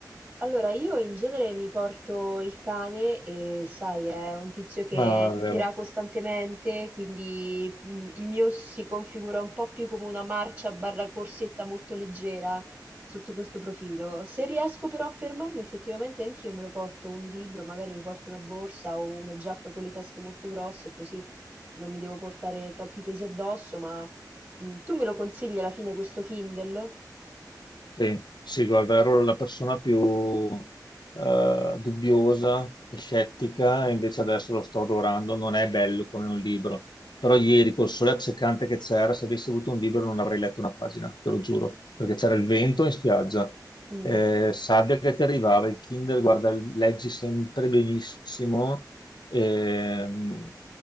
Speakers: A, on the right (about 25°); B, on the left (about 85°).
A: Allora, io in genere mi porto il cane e sai, è un tizio che
B: Ah, vero.
A: tira costantemente, quindi mh, il mio si configura un po' più come una marcia barra corsetta molto leggera sotto questo profilo. Se riesco però a fermarmi, effettivamente anch'io me lo porto un libro, magari mi porto una borsa o una giacca con le tasche molto grosse, così non mi devo portare troppi pesi addosso, ma mh, tu me lo consigli alla fine questo Kindle?
B: Sì, sì, guarda, ero la persona più eh, dubbiosa e scettica, e invece adesso lo sto adorando. Non è bello come un libro, però ieri col sole accecante che c'era, se avessi avuto un libro non avrei letto una pagina, te lo giuro, perché c'era il vento in spiaggia,
A: Mm,
B: eh, sabbia che ti arrivava, il Kindle, guarda, leggi sempre benissimo, ehm,